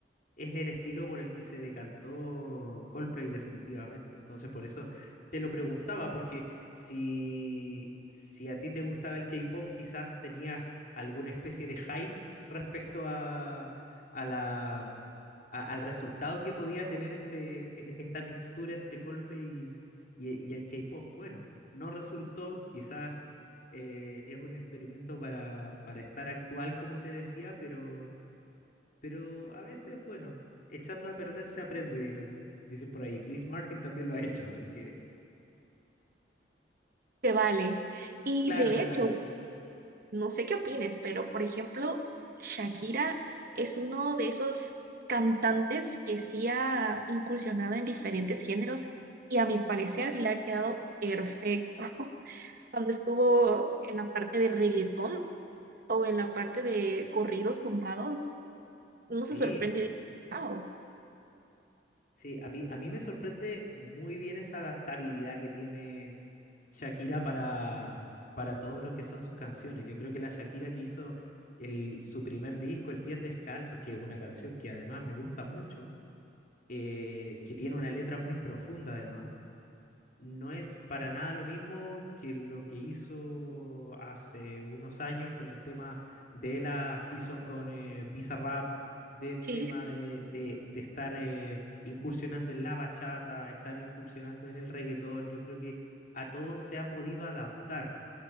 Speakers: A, on the left; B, on the right.
A: es el estilo por el que se decantó Coldplay definitivamente. Entonces, por eso te lo preguntaba, porque si, si a ti te gustaba el K-pop, quizás tenías alguna especie de hype respecto a, a la, a- al resultado que podía tener este, e- esta mixtura entre Coldplay y, y- y el K-pop. Bueno, no resultó, quizás eh, es un experimento para, para estar actual, como te decía, pero pero a veces, bueno, echando a perder se aprende, dicen. Dicen por ahí. Chris Martin también lo ha hecho, así que
B: Se vale. Y
A: claro,
B: de
A: se vale.
B: hecho, no sé qué opines, pero por ejemplo, Shakira es uno de esos cantantes que sí ha incursionado en diferentes géneros y a mi parecer le ha quedado perfecto. <laughs> Cuando estuvo en la parte de reggaetón o en la parte de corridos tumbados, uno
A: Sí,
B: se sorprende y dice, wow.
A: sí, a mí, a mí me sorprende muy bien esa adaptabilidad que tiene Shakira para, para todo lo que son sus canciones. Yo creo que la Shakira que hizo el, su primer disco, El Pies Descalzos, que es una canción que además me gusta mucho, eh, que tiene una letra muy profunda además no es para nada lo mismo que lo que hizo hace unos años con el tema de la season con eh, Bizarrap, del
B: Sí,
A: tema de, de, de estar eh, incursionando en la bachata, estar incursionando en el reggaetón. Yo creo que a todo se ha podido adaptar,